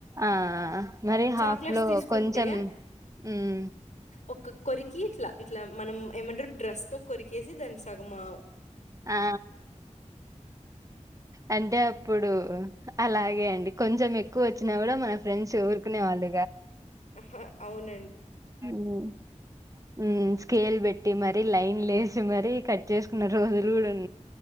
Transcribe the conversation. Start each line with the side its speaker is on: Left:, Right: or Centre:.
Right: ఆ మరి
Left: చాక్లెట్స్
Right: హాఫ్ లో
Left: తీసుకుంటే
Right: కొంచెం హ్మ్
Left: ఒక కొరికి ఇట్లా ఇట్లా మనం ఏమంటరు డ్రెస్ తో కొరికేసి దాని సగమా
Right: ఆ అంటే అప్పుడు అలా తే అండి కొంచం ఎక్కువ వచ్చినా గుడ మన ఫ్రెండ్స్ ఊరుకునే వాళ్ళు
Left: ఆహా అవున
Right: హ్మ్ హ్మ్ స్కేల్ పెట్టి మరి లైన్ లేసి చి మరీ కట్ చేసుకున్న రోజులు గుడ ఉ